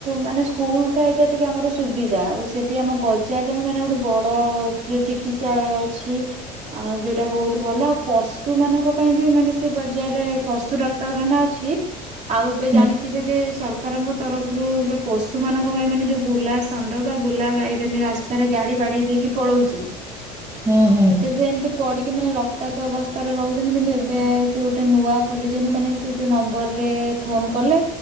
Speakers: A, on the right; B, on the right.
A: ମାନେ ସ୍କୁଲା ଏଇଟା ଟିକେ ଆମର ସୁବିଧା ଆଉ ସେ ଆମ ବଜାରରେ ବି ମାନେ ଗୋଟେ ବଡ ଯୋଉ ଚିକିତ୍ସାଳୟ ଅଛି। ଆ ଯୋଉଟା ବହୁତ ଭଲ ଆଉ ପଶୁ ମାନଙ୍କ ପାଇଁ ବି ମାନେ ସେ ବଜାରରେ ପଶୁ ଡାକ୍ତରଖାନା ଅଛି। ଆଉ ଏବେ ଜାଣିଥିବେ
B: ହୁଁ
A: ଯେ ସରକାରଙ୍କ ତରଫରୁ ଏବେ ପଶୁ ମାନଙ୍କ ପାଇଁ ମାନେ ଯୋଉ ବୁଲାସ ଷଣ୍ଢ ବା ବୁଲା ଗାଇବେ ରାସ୍ତାରେ ଗାଡି ବାଡେଇ ଦେଇକି ପଳଉଛି।
B: ହୁଁ ହୁଁ। ହୁଁ।
A: ସେ ଏମିତି ପଡିକି ମାନେ ରକ୍ତାକ୍ତ ଅବସ୍ଥାରେ ରହୁଛନ୍ତି କିନ୍ତୁ ଏବେ ସେ ଗୋଟେ ନୂଆ ଖୋଲିଛନ୍ତି ମାନେ ସେ ଯୋଉ ନମ୍ବରରେ ଫୋନ କଲେ